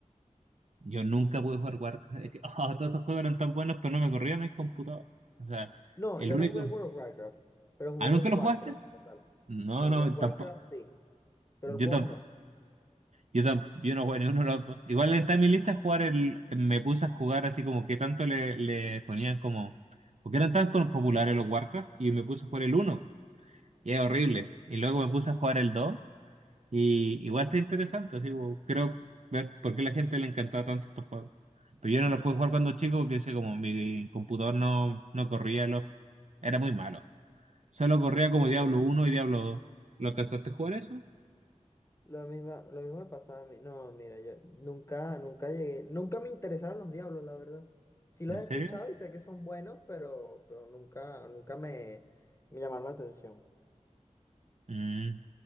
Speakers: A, on the right; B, on the left.
A: Yo nunca pude jugar Warcraft. Es que, ah, todos estos juegos eran tan buenos, pero no me corrían en el computador. O sea,
B: No,
A: el
B: yo
A: único.
B: no jugué World of Warcraft, pero jugué
A: ¿Ah, nunca
B: los
A: lo
B: Warcraft
A: jugaste?
B: como tal.
A: No,
B: No,
A: no,
B: los Warcraft
A: tampoco.
B: sí, pero
A: Yo
B: el WoW
A: tampoco,
B: no.
A: yo tam- yo no juego ninguno de los dos. Igual está en mi lista jugar el, me puse a jugar así como que tanto le, le ponían como, porque eran tan con- populares los Warcraft y me puse a jugar el uno y es horrible. Y luego me puse a jugar el 2 y igual está interesante, así como, creo ver por qué a la gente le encantaba tanto estos juegos. Pero yo no los pude jugar cuando chico porque decía como mi computador no, no corría los, era muy malo. Solo corría como
B: Sí,
A: Diablo
B: lo mismo.
A: uno y Diablo dos ¿Lo alcanzaste a jugar eso?
B: Lo mismo, lo mismo me pasaba a mí. No, mira, yo nunca, nunca llegué, nunca me interesaron los diablos, la verdad. Sí los
A: ¿En
B: he
A: serio?
B: escuchado y sé que son buenos, pero, pero nunca, nunca me, me llamaron la atención.
A: Mm.